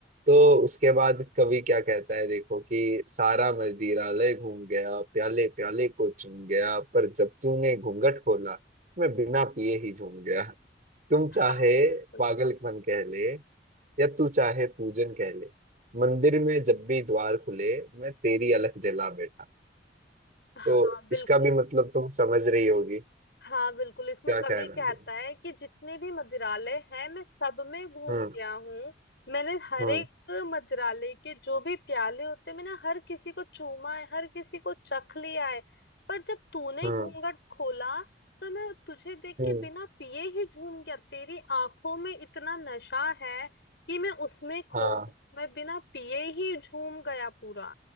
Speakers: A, on the right (about 45°); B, on the left (about 65°).
A: तो उसके बाद कवि क्या कहता है देखो कि सारा मदिरा ले घूम गया प्याले प्याले को चूम गया पर जब तूने घूंघट खोला मैं बिना पिए ही झूम गया तुम चाहे
B: हाँ बिल्कुल
A: पागलपन कह ले या तू चाहे पूजन कह ले मंदिर में जब भी द्वार खुले मैं तेरी अलख जला बैठा
B: हाँ
A: तो
B: बिल्कुल
A: इसका भी मतलब तुम समझ रही होगी
B: हाँ बिल्कुल इसमें
A: क्या
B: कवि
A: कहना
B: कहता
A: चाहूँ
B: है कि जितने भी मदिरालय हैं मैं सब में घूम
A: हम्म
B: गया हूँ मैंने हर
A: हम्म
B: एक मदिरालय के जो भी प्याले होते हैं, मैंने हर किसी को चूमा है हर किसी को चख लिया है पर जब तूने
A: हम्म
B: घूंघट खोला तो मैं तुझे देख
A: हम्म
B: के बिना पिए ही झूम गया तेरी आंखों में इतना नशा है कि मैं उसमें खो
A: हाँ
B: मैं बिना पिए ही झूम गया पूरा